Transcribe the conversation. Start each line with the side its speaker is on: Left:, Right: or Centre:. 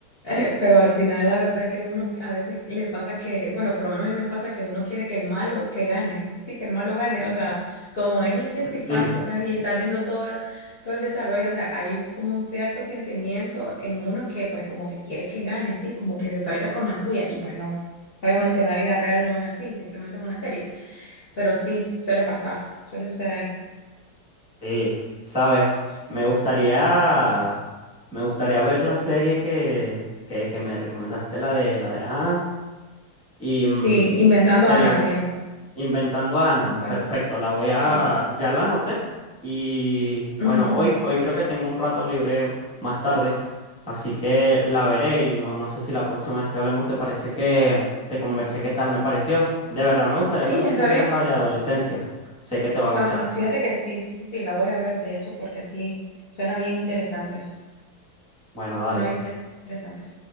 Left: Eh, Pero al final la verdad es que uno a veces le pasa que, bueno, por lo menos a mí me pasa que uno quiere que el malo que gane, sí, que el malo gane, o sea, como es el principal,
Centre: <laughs> Sí.
Left: vos sabes, y estás viendo todo, el- todo el desarrollo, o sea, hay como un cierto sentimiento en uno que pues como que quiere que gane, sí, como que se salga con la suya, y pues no, obviamente en la vida real no es así, simplemente es una serie, pero sí, suele pasar, suele suceder.
Centre: Sí, sabes, me gustaría, me gustaría ver la serie que, que, que me recomendaste, la de, la de Ana, y mm,
Left: Sí, Inventando
Centre: y sería,
Left: Ana se llama,
Centre: Inventando a Ana.
Left: bueno
Centre: Perfecto, la voy a...
Left: sí.
Centre: Ya la anoté. Y
Left: Ujú.
Centre: bueno, hoy, hoy creo que tengo un rato libre más tarde, así que la veré y no, no sé si la próxima vez que hablemos te parece que te conversé qué tal me pareció. De verdad, me gustaría
Left: Sí,
Centre: también
Left: está
Centre: que vieras
Left: bien.
Centre: la de adolescencia. Sé que te va a gustar.
Left: Ajá, fíjate que sí, sí, sí, la voy a ver, de hecho, porque sí, suena bien interesante.
Centre: Bueno, dale,
Left: Suena bien inter- interesante.